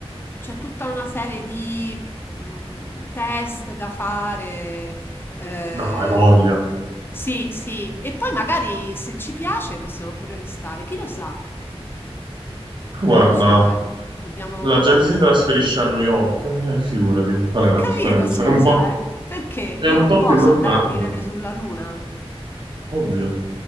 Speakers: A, on the left (about 20°); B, on the right (about 50°).
A: c'è tutta una serie di mm, test da fare. eh,
B: no, hai voglia.
A: Sì, sì. E poi magari se ci piace possiamo pure restare. Chi lo sa?
B: Guarda,
A: Non lo so, eh. Dobbiamo.
B: la gente si trasferisce a New York, eh, figurati, qual è la
A: Capito,
B: differenza?
A: scusa,
B: È un po',
A: eh. Perché io
B: è un
A: non
B: po'
A: posso
B: più lontano,
A: andare a vivere sulla Luna?
B: ovvio.